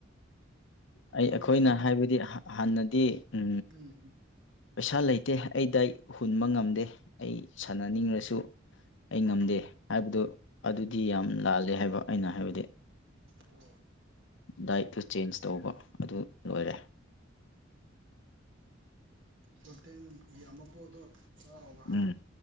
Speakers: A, on the left; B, on the right.
A: ꯑꯩ
B: ꯑꯗꯨ
A: ꯑꯩꯈꯣꯏꯅ
B: ꯁꯅꯥ
A: ꯍꯥꯏꯕꯗꯤ ꯍꯥꯟꯅꯗꯤ ꯎ
B: ꯎꯝ
A: ꯄꯩꯁꯥ ꯂꯩꯇꯦ ꯑꯩꯗ ꯑꯩ ꯍꯨꯟꯕ ꯉꯝꯗꯦ ꯑꯩ ꯁꯥꯟꯅꯅꯤꯡꯂꯁꯨ ꯑꯩ ꯉꯝꯗꯦ ꯍꯥꯏꯕꯗꯨ ꯑꯗꯨꯗꯤ ꯌꯥꯝ ꯂꯥꯜꯂꯦ ꯍꯥꯏꯕ ꯑꯩꯅ ꯍꯥꯏꯕꯗꯤ
B: ꯑꯣ
A: ꯗꯥꯏꯠꯇꯨ ꯆꯦꯟꯖ ꯇꯧꯕ ꯑꯗꯨ ꯂꯣꯏꯔꯦ
B: ꯄꯣꯇꯤꯟ ꯌꯥꯝ ꯃꯄꯨꯗꯣ ꯇꯥꯔꯕ
A: ꯎꯝ